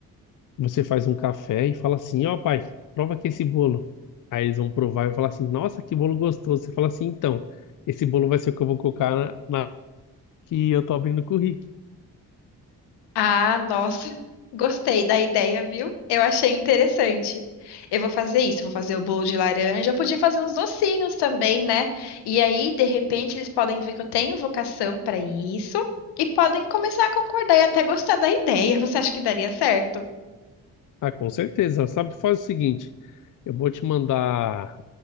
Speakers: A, on the left; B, on the left.
A: Você faz um café e fala assim: Ó, pai, prova aqui esse bolo. Aí eles vão provar e vão falar assim: Nossa, que bolo gostoso. Você fala assim: Então, esse bolo vai ser o que eu vou colocar na, na que eu tô abrindo com o Rick.
B: Ah, nossa, <laughs> gostei da ideia, viu? Eu achei interessante. Eu vou fazer isso, vou fazer o bolo de laranja. Eu podia fazer uns docinhos também, né? E aí, de repente, eles podem ver que eu tenho vocação para isso e podem começar a concordar e até gostar da ideia. Você acha que daria certo?
A: Ah, com certeza. Sabe, faz o seguinte: Eu vou te mandar